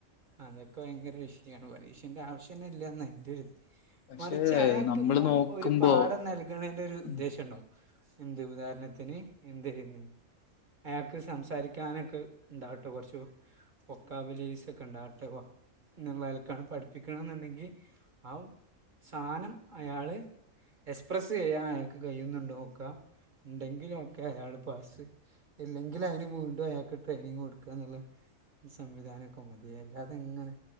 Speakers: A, on the right (about 40°); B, on the left (about 70°).
A: അതൊക്കെ ഭയങ്കര വിഷയാണ്. പരീഷ്യന്റെ ആവശ്യന്നെ ഇല്ലന്ന എന്റെ ഒരു
B: പക്ഷെ
A: മറിച്ച് അയാൾക്കിപ്പോ
B: നമ്മള് നോക്കുമ്പോ
A: ഒരു പാഠം നൽകണന്റെ ഒരു
B: ഉം
A: ഉദ്ദേശം ഉണ്ടാവും. എന്ത് ഉദാഹരണത്തിന് എന്ത് ചെയന്ന് അ ക്ക് സംസാരിക്കാനൊക്കെ ഇണ്ടാവട്ടെ കുറച്ചു, ഒക്കാബലീസ് ഒക്കെ ഉണ്ടാവട്ടെ. എന്നുള്ള ആൽക്കാണ് പഠിപ്പിക്കണംന്നുണ്ടെങ്കി ആ സാനം അയാള്, എക്സ്പ്രെസ്സ് ചെയ്യാൻ അയാക്ക് കയിന്നുണ്ടോ നോക്കാ. ഉണ്ടെങ്കി ല്ലൊക്കെ അയാള് പാസ്. ഇല്ലെങ്കില അയ്ന് വീണ്ടും അയാക്ക് ട്രെയിനിങ് കൊടുക്കാ എന്നുള്ള, സംവിധാനമൊക്കെ മതി. അല്ലാതിങ്ങനെ,